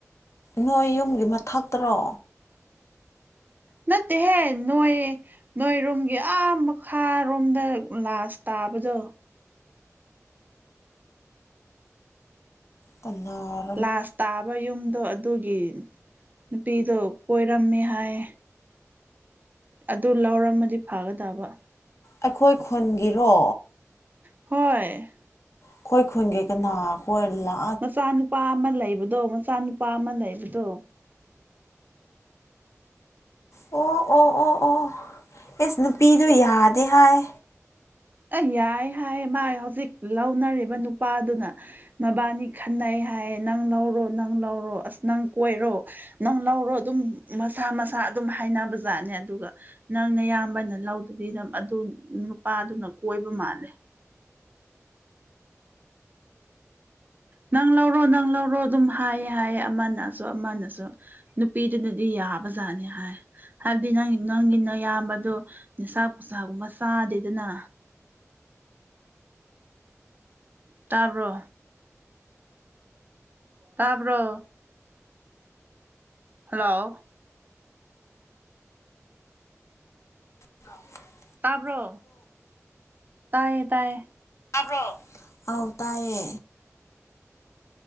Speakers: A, on the left (about 65°); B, on the right (about 35°).
A: ꯅꯣꯏ ꯌꯨꯝꯒꯤ ꯃꯊꯛꯇꯔꯣ
B: ꯅꯠꯇꯦꯍꯦ ꯅꯣꯏ ꯅꯣꯏꯔꯣꯝꯒꯤ ꯑꯥ ꯃꯈꯥꯔꯣꯝꯗ ꯂꯥꯁ ꯇꯥꯕꯗꯣ
A: ꯀꯅꯥꯔ
B: ꯂꯥꯁ ꯇꯥꯕ ꯌꯨꯝꯗꯣ ꯑꯗꯨꯒꯤ ꯅꯨꯄꯤꯗꯣ ꯀꯣꯏꯔꯝꯃꯦ ꯍꯥꯏ ꯑꯗꯨ ꯂꯧꯔꯝꯃꯗꯤ ꯐꯒꯗꯕ
A: ꯑꯩꯈꯣꯏ ꯈꯨꯟꯒꯤꯔꯣ
B: ꯍꯣꯏ
A: ꯑꯩꯈꯣꯏ ꯈꯨꯟꯒꯤ ꯀꯅꯥ ꯈꯣꯏ ꯂꯥꯛ
B: ꯃꯆꯥ ꯅꯨꯨꯄꯥ ꯑꯃ ꯂꯩꯕꯗꯣ ꯃꯆꯥ ꯅꯨꯨꯄꯥ ꯑꯃ ꯂꯩꯕꯗꯣ
A: ꯑꯣ ꯑꯣ ꯑꯣ ꯑꯣ ꯑꯦꯁ ꯅꯨꯄꯤꯗꯨ ꯌꯥꯗꯦ ꯍꯥꯏ
B: ꯑꯦ ꯌꯥꯏ ꯍꯥꯏ ꯃꯥꯥꯏ ꯍꯧꯖꯤꯛ ꯂꯧꯅꯔꯤꯕ ꯅꯨꯄꯥꯗꯨꯅ ꯃꯕꯥꯅꯤ ꯈꯟꯅꯩ ꯍꯥꯏꯌꯦ ꯅꯪ ꯂꯧꯔꯣ ꯅꯪ ꯂꯧꯔꯣ ꯑꯁ ꯅꯪ ꯀꯣꯏꯔꯣ ꯅꯪ ꯂꯧꯔꯣ ꯑꯗꯨꯝ ꯃꯁꯥ ꯃꯁꯥ ꯑꯗꯨꯝ ꯍꯥꯏꯅꯕ ꯖꯥꯠꯅꯦ ꯑꯗꯨꯒ ꯅꯪ ꯅꯌꯥꯝꯕꯅ ꯂꯧꯗꯕꯤꯗ ꯑꯗꯨ ꯅꯨꯄꯥꯗꯨꯅ ꯀꯣꯏꯕ ꯃꯥꯜꯂꯦ ꯅꯪ ꯂꯧꯔꯣ ꯅꯪ ꯂꯧꯔꯣ ꯑꯗꯨꯝ ꯍꯥꯏꯌꯦ ꯍꯥꯏꯌꯦ ꯑꯃꯅꯁꯨ ꯑꯃꯅꯁꯨ ꯅꯨꯄꯤꯗꯨꯅꯗꯤ ꯌꯥꯕꯖꯥꯠꯅꯤ ꯍꯥꯏ ꯍꯥꯏꯕꯗꯤ ꯅꯪ ꯅꯪꯒꯤ ꯅꯌꯥꯝꯕꯗꯣ ꯅꯤꯁꯥ ꯄꯨꯁꯥꯒꯨꯝꯕ ꯆꯥꯗꯦꯗꯅ ꯇꯥꯕ꯭ꯔꯣ ꯇꯥꯕ꯭ꯔꯣ ꯍꯜꯂꯣ
A: ꯂꯐ <unintelligible>
B: ꯇꯥꯕ꯭ꯔꯣ ꯇꯥꯏꯌꯦ ꯇꯥꯢꯌꯦ
A: ꯇꯥꯕ꯭ꯔꯣ ꯑꯥꯎ ꯇꯥꯏꯌꯦ